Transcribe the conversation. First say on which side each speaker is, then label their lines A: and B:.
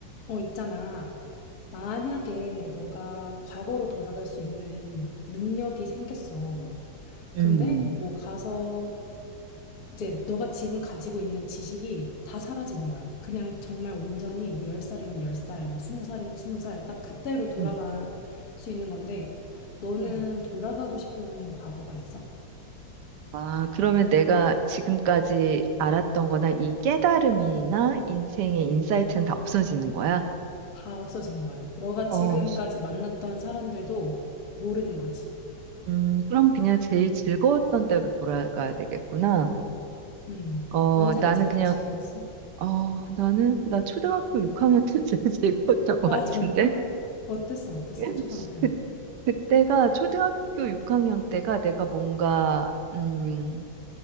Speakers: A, on the left; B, on the right.
A: 어, 있잖아. 만약에 너가 과거로 돌아갈 수 있는 능력이 생겼어.
B: 음,
A: 근데 뭐 가서 이제 너가 지금 가지고 있는 지식이 다 사라지는 거야. 그냥 정말 온전히 뭐 10살이면 10살, 뭐 20살이면 20살, 딱 그때로 돌아갈
B: 음,
A: 수 있는 건데, 너는
B: 음.
A: 돌아가고 싶은 과거가 있어?
B: 아, 그러면 내가 지금까지 알았던 거나 이 깨달음이나 인생의 인사이트는 다 없어지는 거야?
A: 다 없어지는 거야. 너가
B: 어,
A: 지금까지 만났던 사람들도 모르는 거지.
B: 음, 그럼 그냥 제일 즐거웠던 때로 돌아가야 되겠구나.
A: 음.
B: 어,
A: 언제가
B: 나는
A: 제일
B: 그냥,
A: 즐거웠어?
B: 어, 나는, 나 초등학교 6학년 때 <laughs> 제일 즐거웠던 것
A: 아,
B: 같은데?
A: 정말? 어땠어, 어땠어,
B: <laughs>
A: 초등학교는?
B: 그, 그때가, 초등학교 6학년 때가 내가 뭔가, 음,